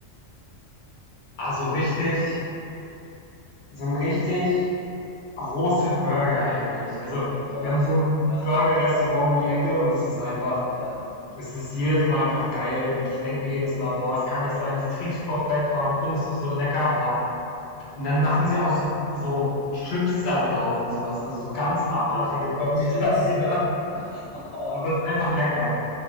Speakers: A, on the left (about 45°); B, on the left (about 80°).
A: Also richtig, so ein richtig großer Burger eigentlich. Also,
B: Boah,
A: wir haben so ein
B: ja,
A: Burger-Restaurant um die Ecke und es ist einfach
B: ja.
A: Es ist jedes Mal einfach geil und ich denke mir jedes Mal, boah, es kann nicht sein, es trieft vor Fett, warum findest du es so lecker? Aber und dann machen sie auch so, so Chips da drauf und sowas, also so ganz abartige
B: Boah,
A: Kombis
B: Chips.
A: <laughs> haben die da.
B: <laughs> Oh.
A: Aber es ist einfach lecker.